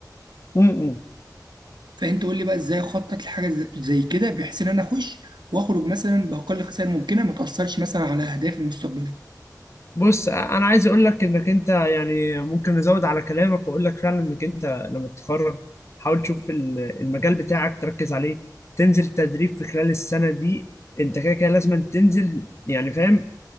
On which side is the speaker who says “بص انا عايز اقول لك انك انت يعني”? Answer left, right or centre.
Left